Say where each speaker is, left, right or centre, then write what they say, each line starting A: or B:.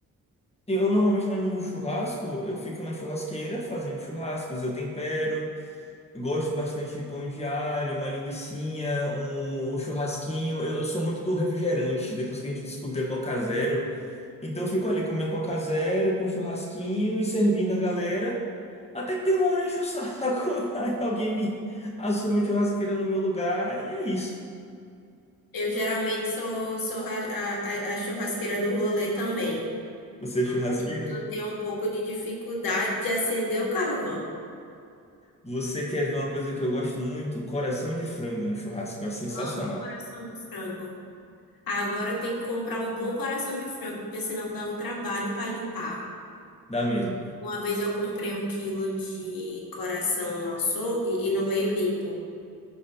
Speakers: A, on the left; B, on the left.
A: Eu normalmente né, no churrasco, eu fico na churrasqueira fazendo churrascos, eu tempero, eu gosto bastante de pão de alho, uma linguicinha, um, um churrasquinho. Eu, eu sou muito do refrigerante, depois que a gente descobriu a Coca Zero. Então eu fico ali com minha Coca Zero, com um churrasquinho e servindo a galera. Até que tem uma hora enche o saco, <laughs> aí alguém me assume a churrasqueira no meu lugar, e é isso.
B: Eu geralmente sou, sou ra- a, a- a churrasqueira do rolê também.
A: Você é churrasqueira?
B: Aí eu tenho um pouco de dificuldade de acender o carvão.
A: Você quer ver uma coisa que eu gosto muito? Coração de frango no churrasco. É sensacional.
B: Amo coração de frango. Agora eu tenho que comprar um bom coração de frango, porque senão dá um trabalho para limpar.
A: Dá mesmo.
B: Uma vez eu comprei um quilo de coração no açougue e não veio limpo.